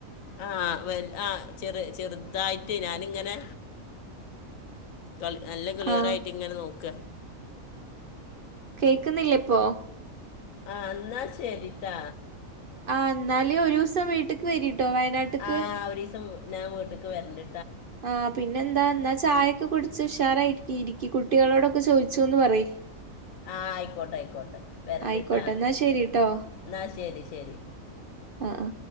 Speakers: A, on the left (about 75°); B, on the right (about 50°).
A: ആ വേ ആ ചെറു ചെറുതായിട്ട് ഞാനിങ്ങനെ നല്ല ക്ലിയറയിട്ട്
B: ആഹ്
A: ഇങ്ങനെ നോക്ക
B: കേക്കുന്നില്ലേ ഇപ്പോ
A: ആ എന്നാ ശരിട്ടാ
B: ആ എന്നാല് ഒരുസം വീട്ടേക്ക് വേരി ട്ടോ വയനാട്ട്ക്ക്
A: ആ ഒരു ദിവസം ഞാൻ വീട്ട്ക്ക് വെര്ന്റ്
B: ആ പിന്നെന്താ എന്നാ ചായയൊക്കെ കുടിച്ച് ഉഷാറായിരി ഇരിക്കി കുട്ടികളോടൊക്കെ ചോദിച്ചുന്ന് പറയ്
A: ആ ആയിക്കോട്ടെ ആയിക്കോട്ടെ വരണ്ടിട്ടാ
B: ആയിക്കോട്ടെ എന്നാ ശരിട്ടോ
A: എന്നാ ശരി ശരി
B: ആ ആ